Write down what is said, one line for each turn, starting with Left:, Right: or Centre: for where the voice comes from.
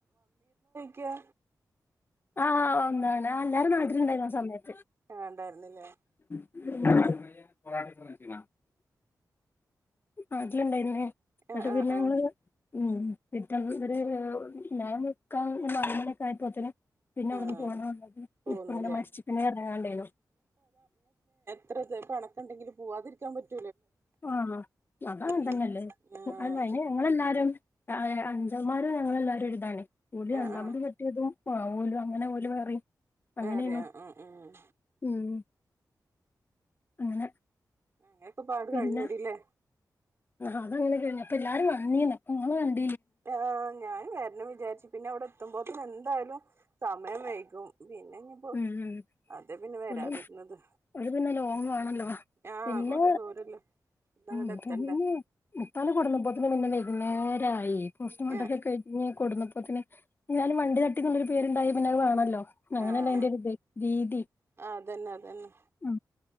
Right: ക്ക്യാ.
Left: ആ ഒന്നാണ് ആ എല്ലാരും നാട്ടിലുണ്ടായിരുന്നു ആ സമേത്ത്.
Right: വേണ്ടാരുന്നില്ലേ?
Left: <inaudible> നാട്ടിലിണ്ടായിരുന്നേ എന്നിട്ട്
Right: ആ ആ
Left: പിന്നെങ്ങള്
Right: ആ
Left: ഉം പിറ്റന്ന് ഒരു ഞാൻ നിക്കാം നാല് മണിക്കെ ആയപ്പോത്തേന് പിന്നെ അവിടന്ന്
Right: ആ
Left: <unintelligible>
Right: പോന്നില്ലേ
Left: ഉപ്പങ്ങനെ മരിച്ച് പിന്നെ ഇറങ്ങാണ്ടായ്നു.
Right: ത്ര ഇതായി പെണക്കണ്ടെങ്കിലും പൂവാതിരിക്കാൻ പറ്റ്
Left: ആ അതങ്ങൻ
Right: ഉം
Left: തന്നെല്ലേ
Right: ആ അതെ
Left: ങ്ങളെല്ലാരും ആ അഞ്ചന്മാരും ഞങ്ങളെല്ലാരും ഒരിതാണേ <unintelligible>
Right: ആ
Left: രണ്ടാമത്
Right: ആ
Left: കെട്ടിയതും ആ ഓലു അങ്ങനെ ഓലു വേറെയും അങ്ങനെണു
Right: വേറെ ആ ആ ഉം
Left: ഉം അങ്ങനെ
Right: അങ്ങനെയൊക്കെ പാട്
Left: പിന്നെ
Right: കഴിഞ്ഞൂടില്ലേ
Left: ആ അതങ്ങനെ ചെയ്യണേ. അപ്പല്ലാരും വന്നീന് <unintelligible>
Right: ആ ഞൻ വെരണം വിചാരിച്ചു പിന്നെ അവിടെത്തുമ്പോത്തനെന്തായാലും സമയം വെയ്കും. പിന്നെനിപ്പോ
Left: ഉം ഉം
Right: അതെ പിന്നെ വരാതിരുന്നത്
Left: ഓല് അത് പിന്നെ ലോങ്ങ് ആണല്ലോ
Right: ആ
Left: പിന്നെ
Right: കൊറേ ദൂരല്ലേ. ഇന്നങ്ങട്ട്
Left: ഉം
Right: എത്തണ്ടേ
Left: പിന്നെ ഉപ്പാനെ കൊടുന്നപ്പത്തേനും പിന്നെ വൈകുന്നേരായി. പോസ്റ്റ്മോർട്ടൊക്ക
Right: ആ ആ
Left: കഴിഞ്ഞ് കൊടുന്നപ്പോന്നെ എന്നാലും വണ്ടി തട്ടിക്കൊരു പേരുണ്ടായി പിന്നെ അയ് വേണല്ലോ. അങ്ങനല്ലേ
Right: ആഹ്
Left: അയിന്റെ ഒരു ഇത് രീതി
Right: ആഹ് അതന്നെ അതന്നെ
Left: ആ